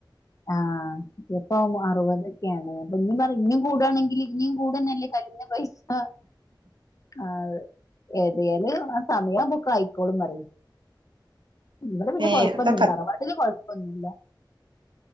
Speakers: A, on the left (about 40°); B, on the right (about 70°).
A: ആഹ് ഇപ്പം അറുപതൊക്കെയാണ് ഇപ്പൊ ഇനി പറ ഇണ്ടും കൂടാണെങ്കിൽ ഇനിയും കൂടെന്നല്ലേ കല്ലിഞ്ഞ പൈസ ആഹ്
B: ഉ <inaudible>
A: ആഹ് അതെ ഏതായാലും ആഹ് സമയം ആകുബൊ ഒക്കെ ആയിക്കോളന്ന് പറയും ഇവിടെ പിന്നെ
B: ഏ
A: കുഴപ്പൊന്നില്ല
B: അതൊക്കെ
A: തറവാട്ടില് കൊഴ ഴപ്പൊന്നുല്ല